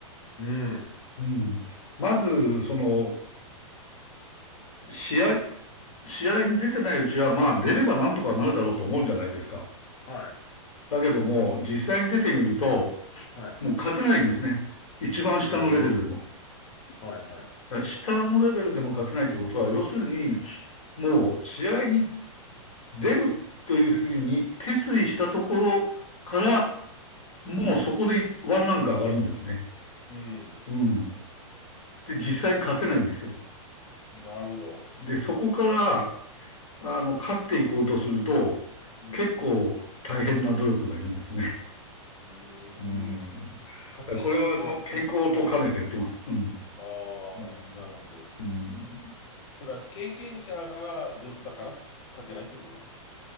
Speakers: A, on the left (about 50°); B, on the left (about 75°).
A: うん。
B: うん。まず、その、試合、試合に出てないうちは、まあ、出ればなんとかなるだろうと思うんじゃないですか。
A: はい。
B: だけども、実際に出てみると、
A: はい。
B: もう勝てないんですね。一番下のレベルでも。
A: うーん。はいはい。
B: だから下のレベルでも勝てないってことは、要するに、もう試合に出るというふうに決意したところから、もうそこでワンランク上がるんですね。
A: うん。
B: うん。で、実際に勝てないんですよ。
A: なるほど。
B: で、そこから、あの、勝っていこうとすると、
A: うん。
B: 結構大変な努力がいるんですね。
A: うーん。
B: うん。だからこれは、
A: 家庭内っていうのは、
B: あの、健康と兼ねてやってます。
A: うん。はい。
B: うん。
A: ああ、
B: うん。
A: なるほど。
B: うん。
A: それは経験者が上手だから家庭内ってことなんですか